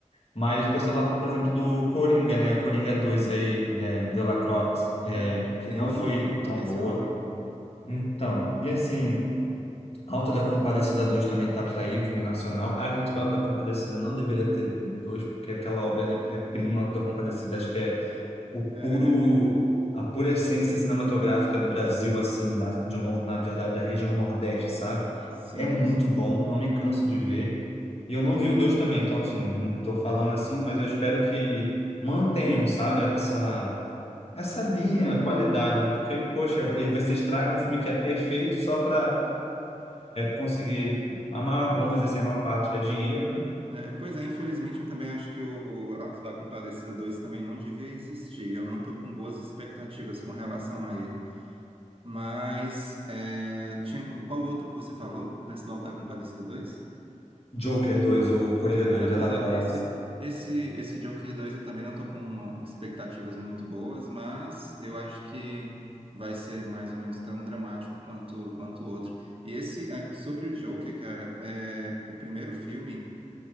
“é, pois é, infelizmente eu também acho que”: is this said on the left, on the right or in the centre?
Right